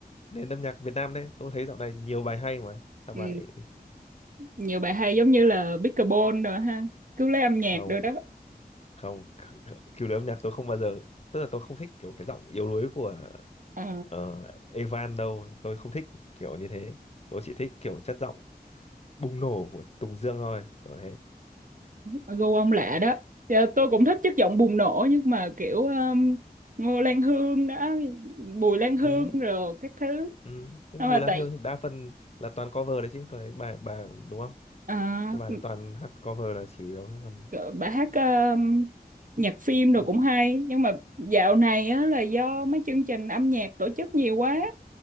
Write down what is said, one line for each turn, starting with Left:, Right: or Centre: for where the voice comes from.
Left: nền âm nhạc Việt Nam đấy? Tôi thấy dạo này nhiều bài hay mà. Sao
Right: ừ,
Left: bà lại
Right: nhiều bài hay giống như là Bicarbonate rồi ha. Cứu lấy âm nhạc
Left: không
Right: rồi đó.
Left: không k- kiểu đấy âm nhạc tôi không bao giờ tức là tôi không thích kiểu cái giọng yếu đuối của
Right: Ờ,
Left: ờ, Evan đâu, tôi không thích kiểu như thế. Tôi chỉ thích kiểu chất giọng bùng nổ của Tùng Dương thôi, tôi thế.
Right: à, gu ông lạ đó. Dạ, tôi cũng thích chất giọng bùng nổ nhưng mà kiểu um, Ngô Lan Hương đó, Bùi Lan Hương
Left: Ừ,
Right: rồi các thứ.
Left: ừ. Nhưng
Right: Nhưng
Left: mà
Right: mà
Left: Bùi Lan
Right: tại
Left: Hương đa phần là toàn cover đấy chứ, tôi thấy bà bà đúng không?
Right: à,
Left: Cái bài toàn hát cover là chủ yếu còn
Right: Ờ, bà hát ờ, nhạc phim
Left: Ừ.
Right: rồi cũng hay nhưng mà dạo này á, là do mấy chương trình âm nhạc tổ chức nhiều quá